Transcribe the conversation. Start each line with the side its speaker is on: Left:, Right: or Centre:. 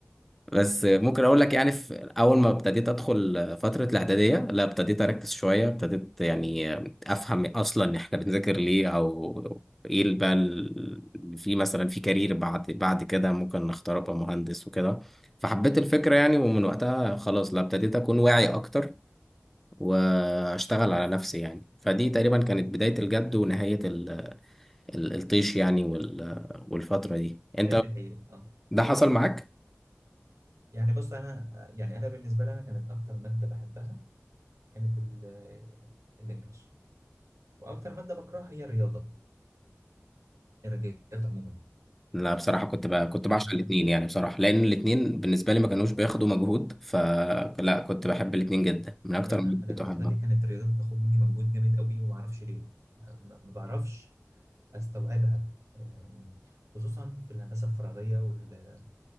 Centre: بس ممكن اقول لك يعني في اول ما ابتديت ادخل فتره الاعداديه لا ابتديت اركز شويه ابتديت يعني افهم اصلا احنا بنذاكر ليه او ايه اللي بقى ال- في مثلا في كارير بعد بعد كده ممكن نختار ابقى مهندس وكده فحبيت الفكره يعني ومن وقتها خلاص لا ابتديت اكون واعي اكتر واشتغل على نفسي يعني فدي تقريبا كانت بدايه الجد ونهايه ال- ال- الطيش يعني وال- والفتره دي انت
Right: لعب العيال اه
Centre: ده حصل معاك
Right: يعني بص انا يعني انا بالنسبه لي انا كانت اكتر ماده بحبها كانت ال- الانجليش واكتر ماده بكرهها هي الرياضه الرياضيات عموما
Centre: لا بصراحة كنت بقى كنت بعشق
Right: آه،
Centre: الاتنين يعني بصراحة لأن الاتنين بالنسبة لي ما كانوش بياخدوا مجهود فلا كنت بحب الاتنين جدا من أكتر
Right: لا
Centre: من كنت
Right: انا بالنسبه
Centre: بحبها
Right: لي كانت الرياضيات بتاخد مني مجهود جامد قوي وما اعرفش ليه ما ما بعرفش استوعبها آم، خصوصا في الهندسه الفراغيه وال,